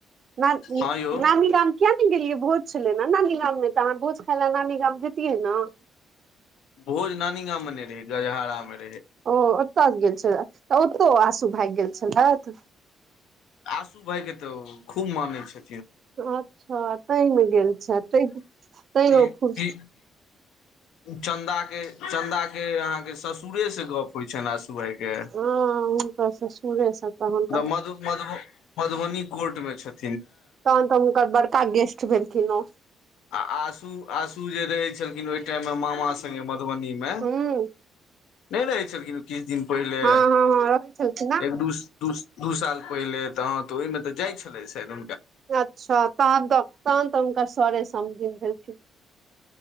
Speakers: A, on the right (about 55°); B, on the left (about 85°).
A: न
B: हँ यौ
A: नानी गाम किया ने गेलियै भोज छलै न न नानी गाममे तऽ अहाँ भोज खाय ल नानी गाम जैतियै न
B: भोज नानी गाँम मे नै रहे गजहरा म रहै
A: ओ ओतय गेल छलए तऽ ओतहु आसू भागि गेल छलथि
B: आशू भाय के तऽ खूब मानै छै
A: अच्छा तहिमे गेल छ त तहिओ
B: ई ई
A: फ्यू
B: चन्दा के चन्दा के अहाँके ससुरे से गप होइत छनि असू भाई के
A: हँ हुनकर ससुरेसँ तहन तऽ
B: मधु मधु मधुबनी कोर्ट मे छथि
A: तन तऽ हुनक बड़का गेस्ट भेलखिन ओ
B: आ आशू आशू जे रहै छलखिन ओहि टाइममे मामा संगे मधुबनीमे
A: हूँ
B: नै रहै छलखिन किछु दिन पहिले
A: हँ हँ हँ रहै छलखिन
B: एक दू दू साल पहिले तऽ हँ तऽ ओहिमे तऽ जाइ छलै सेद
A: अच्छा तहन त तनह त हुनकर सरे समधिन भेलखिन